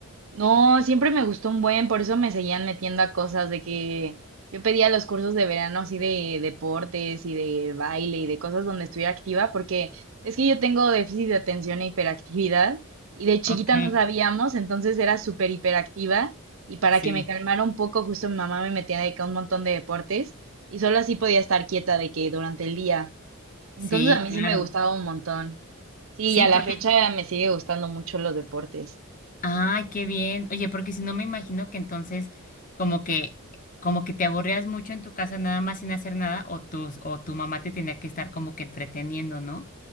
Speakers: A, on the right; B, on the left.
A: No, siempre me gustó un buen, por eso me seguían metiendo a cosas de que yo pedía los cursos de verano así de deportes y de baile y de cosas donde estuviera activa, porque es que yo tengo déficit de atención e hiperactividad y de chiquita
B: Ok,
A: no sabíamos, entonces era súper hiperactiva y para
B: sí,
A: que me calmara un poco, justo mi mamá me metía de que a un montón de deportes y solo así podía estar quieta de que durante el día.
B: sí,
A: Entonces a mí
B: claro.
A: sí me gustaba un montón. Sí,
B: Sí,
A: y a
B: porque
A: la fecha me sigue gustando mucho los deportes.
B: Ay, qué bien. Oye, porque si no me imagino que entonces como que como que te aburrías mucho en tu casa nada más sin hacer nada o tus o tu mamá te tenía que estar como que entreteniendo, ¿no?